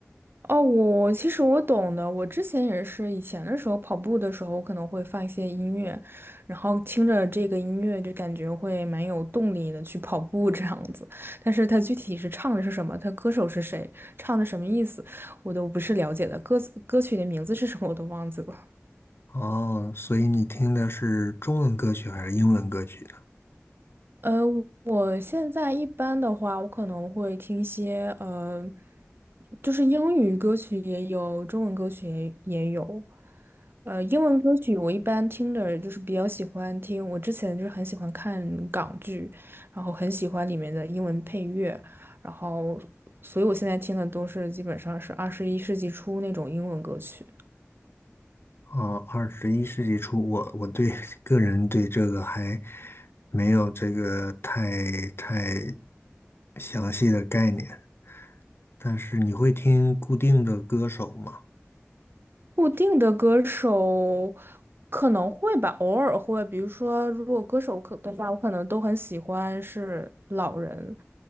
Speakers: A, on the right; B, on the left.
A: 哦，我其实我懂的。我之前也是，以前的时候跑步的时候，我可能会放一些音乐，然后听着这个音乐就感觉会蛮有动力的去跑步这样子。但是它具体是唱的是什么，它歌手是谁，唱的什么意思，我都不是了解的。歌词歌曲的名字是什么我都忘记了。
B: 哦，所以你听的是中文歌曲还是英文歌曲呢？
A: 呃，我现在一般的话，我可能会听一些呃，就是英语歌曲也有，中文歌曲也也有。呃，英文歌曲我一般听的就是比较喜欢听，我之前就是很喜欢看港剧，然后很喜欢里面的英文配乐，然后所以我现在听的都是基本上是二十一世纪初那种英文歌曲。
B: 哦，二十一世纪初，我我对 <laughs> 个人对这个还没有这个太太详细的概念。但是你会听固定的歌手吗？
A: 固定的歌手可能会吧，偶尔会。比如说，如果歌手可的话，我可能都很喜欢是老人，